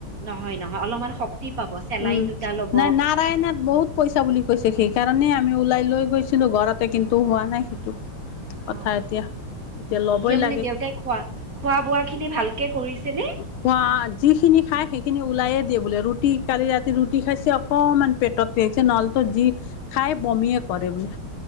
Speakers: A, on the right (about 50°); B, on the left (about 75°).
A: নহয়, নহয় অলপমান শক্তি পাব। চেলাইন
B: উম
A: দুটা ল'ব।
B: নাই নাৰায়ণত বহুত পইচা বুলি কৈছে। সেইকাৰণে কাৰণে আমি ওলাই লৈ গৈছিলো ঘৰতে, কিন্তু হোৱা নাই সেইটো কথা
A: অ', অ'।
B: এতিয়া। এতিয়া লবই
A: মানে
B: লাগে।
A: দেউতাই খোৱা খোৱা বোৱা খিনি ভালকে কৰিছে নে
B: খোৱা যিখিনি খাই সেইখিন। সেইখিনি ওলায়ে দিয়ে বোলে, ৰুটি কালি ৰাতি ৰুটি খাইছে অকল। অকমান পেটত থিছে, নহ'লেতো যি খাই বমীয়ে কৰে বোলে।